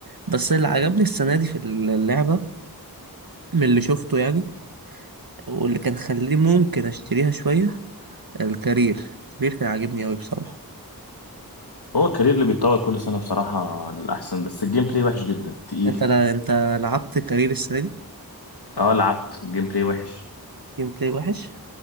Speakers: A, on the right; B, on the left.
A: بس اللي عجبني السنة دي في اللعبة من اللي شفته يعني واللي كان خليني ممكن اشتريها شوية الكارير الكارير كان عاجبني اوي بصراحة
B: هو الكارير اللي بيتطور كل سنة بصراحة الأحسن بس الجيم بلاي وحش جدا تقيل
A: انت لا انت لعبت كارير السنة دي
B: اه لعبت الجيم بلاي وحش
A: جيم بلاي وحش